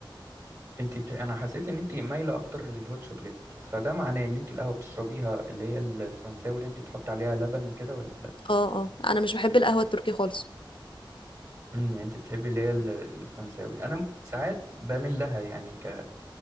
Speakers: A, on the right; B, on the left.
A: انت بت... انا حسيت ان انت مايله اكتر للهوت شوكليت فده معناه ان انت القهوه بتشربيها اللي هي الفرنساوي اللي انت تحط عليها لبن وكده ولا
B: اه اه انا مش بحب القهوة التركي خالص
A: امم يعني انت بتحبي اللي هي ال- الفرنساوي انا م- ساعات بميل لها يعني ك